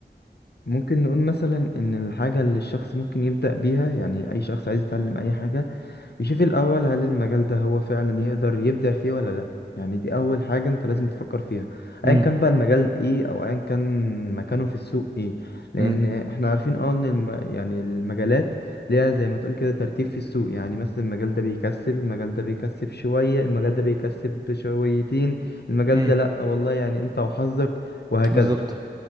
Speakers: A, on the left; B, on the right.
A: ممكن نقول مثلا ان الحاجة اللي الشخص ممكن يبدأ بيها يعني اي شخص عايز يتعلم اي حاجة يشوف الأول هل المجال ده هو فعلا يقدر يبدع فيه ولا لأ يعني دي أول حاجة أنت لازم تفكر فيها
B: امم
A: أيا كان بقى المجال إيه أو أيا كان مكانه في السوق إيه لأن
B: امم
A: إحنا عارفين أه إن الم... يعني المجالات ليها زي ما تقول كده ترتيب في السوق يعني مثلا المجال ده بيكسب المجال ده بيكسب شوية المجال ده بيكسب شويتين المجال
B: امم
A: ده لأ والله يعني أنت وحظك وهكذا
B: بالظبط